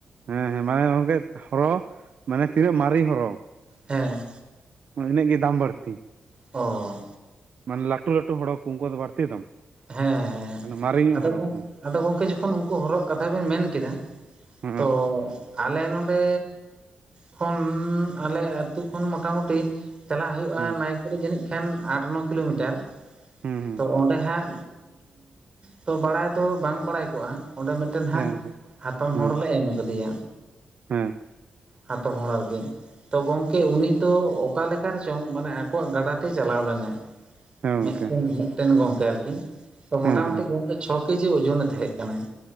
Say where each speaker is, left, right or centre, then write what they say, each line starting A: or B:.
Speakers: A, on the right (about 60°); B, on the right (about 35°).
A: ᱦᱮᱸ ᱦᱮᱸ ᱢᱟᱱᱮ ᱜᱚᱝᱠᱮ ᱦᱚᱨᱚ, ᱢᱟᱱᱮ ᱛᱤᱱᱟᱹᱜ ᱢᱟᱨᱮ ᱦᱚᱨᱚ
B: ᱦᱮᱸ᱾
A: ᱢᱟᱱᱮ ᱤᱱᱟᱹᱜ ᱜᱮ ᱫᱟᱢ ᱵᱟᱹᱲᱛᱤ᱾
B: ᱚ᱾
A: ᱢᱟᱱᱮ ᱞᱟᱹᱴᱩ ᱞᱟᱹᱴᱩ ᱦᱚᱲᱚ ᱠᱚ ᱩᱱᱠᱩᱣᱟᱜ ᱫᱚ ᱵᱟᱹᱲᱛᱤ ᱫᱟᱢ᱾
B: ᱦᱮᱸ ᱦᱮᱸ
A: ᱢᱟᱱᱮ ᱢᱟᱨᱮ ᱧᱚᱜ
B: ᱟᱫᱚ
A: ᱦᱚᱲᱚ
B: ᱜᱚᱫ,
A: ᱠᱚ
B: ᱟᱫᱚ ᱜᱚᱝᱠᱮ ᱡᱚᱠᱷᱚᱱ ᱩᱱᱠᱩ ᱦᱚᱨᱚᱣᱟᱜ ᱠᱟᱛᱷᱟ ᱵᱮᱱ ᱢᱮᱱ ᱠᱮᱫᱟ
A: ᱦᱮᱸ
B: ᱛᱚ ᱟᱞᱮ ᱱᱚᱸᱰᱮ ᱠᱷᱚᱱ ᱟᱞᱮ ᱟᱹᱛᱩ ᱠᱷᱚᱱ ᱢᱚᱴᱟᱢᱩᱴᱤ ᱪᱟᱞᱟᱜ ᱦᱩᱭᱩᱜᱼᱟ
A: ᱦᱮᱸ ᱦᱮᱸ
B: ᱱᱟᱭᱠᱚᱲᱤ ᱡᱟᱹᱱᱤᱡ ᱠᱷᱟᱱ ᱟᱴ ᱱᱚ ᱠᱤᱞᱳᱢᱤᱴᱟᱨ᱾
A: ᱦᱮᱸ
B: ᱛᱚ ᱚᱸᱰᱮ ᱦᱟᱸᱜ? ᱛᱚ ᱵᱟᱲᱟᱭ ᱫᱚ ᱵᱟᱝ ᱵᱟᱲᱟᱭ ᱠᱚᱜᱼᱟ ᱚᱸᱰᱮ ᱢᱤᱫ ᱛᱮ ᱱᱟᱦᱟᱜ
A: ᱦᱮᱸ ᱜᱚᱝᱠᱮ
B: ᱦᱟᱛᱚᱢ
A: ᱦᱮᱸ
B: ᱦᱚᱲᱞᱮ ᱮᱢ ᱠᱟᱫᱮᱭᱟ᱾
A: ᱦᱮᱸ᱾
B: ᱦᱟᱛᱚᱢ ᱦᱚᱲ ᱟᱨᱠᱤ ᱛᱚ ᱜᱚᱝᱠᱮ ᱩᱱᱤ ᱫᱚ ᱚᱠᱟᱞᱮᱠᱟ ᱚᱠᱟᱨᱮ ᱪᱚᱝ ᱢᱟᱱᱮ ᱟᱠᱚᱣᱟᱜ ᱜᱟᱰᱟ ᱛᱮᱭ ᱪᱟᱞᱟᱣ ᱞᱮᱱᱟ
A: ᱦᱮᱸ ᱜᱚᱝᱠᱮ
B: ᱢᱤᱫᱴᱮᱱ, ᱢᱮᱴᱮᱱ ᱜᱚᱝᱠᱮ ᱟᱨᱠᱤ᱾ ᱛᱚ
A: ᱦᱮᱸ
B: ᱢᱳᱴᱟᱢᱩᱴᱤ
A: ᱦᱮᱸ
B: ᱜᱚᱢᱠᱮ ᱪᱷᱚ ᱠᱮᱡᱤ ᱳᱡᱚᱱᱮ ᱛᱟᱦᱮᱸ ᱠᱟᱱᱟᱭ᱾